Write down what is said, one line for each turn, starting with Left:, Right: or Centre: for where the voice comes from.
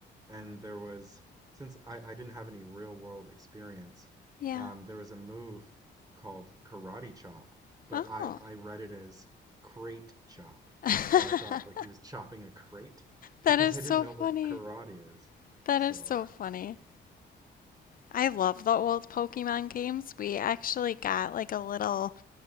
Right: and there was since I, I didn't have any real world experience,
Left: yeah.
Right: um, there was a move called Karate Chop, but
Left: Oh.
Right: I I read it as Crate Chop,
Left: <laughs>
Right: so I thought like he was chopping a crate
Left: That
Right: because
Left: is
Right: I
Left: so
Right: didn't know
Left: funny.
Right: what karate is.
Left: That
Right: So
Left: is so funny. I love the old Pokemon games. We actually got like a little